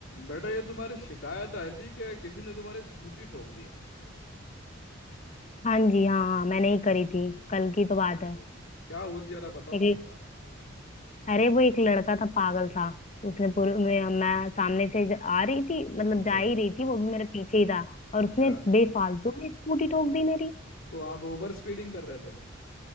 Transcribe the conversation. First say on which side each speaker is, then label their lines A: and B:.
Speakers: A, on the left (about 75°); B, on the left (about 35°).
A: बेटा ये तुम्हारी शिकायत आई थी कि किसी ने तुम्हारी स्कूटी ठोक दी
B: हाँ जी हाँ हाँ मैंने ही करी थी कल की तो बात
A: हाँ
B: है
A: जी क्या हुई थी जरा बताओगे
B: हम्म, एक
A: एक बार
B: अरे वो एक लड़का था पागल सा उसने पूरे मैं, मैं सामने से ज- आ रही थी मतलब
A: अच्छा
B: जा ही रही थी वो भी मेरे पीछे ही था और
A: अच्छा
B: उसने बेफालतू में स्कूटी ठोक दी मेरी
A: तो आप ओवर स्पीडिंग कर रहे थे